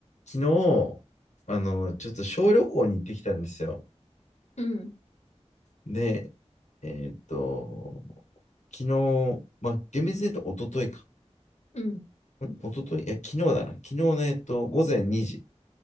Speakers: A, on the left; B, on the left.
A: 昨日、あの、ちょっと小旅行に行ってきたんですよ。
B: うん、
A: で、えーっと、昨日、まあ、厳密に言うと一昨日か。
B: うん、
A: ん一昨日いや、昨日だな。昨日の、えーっと、午前2時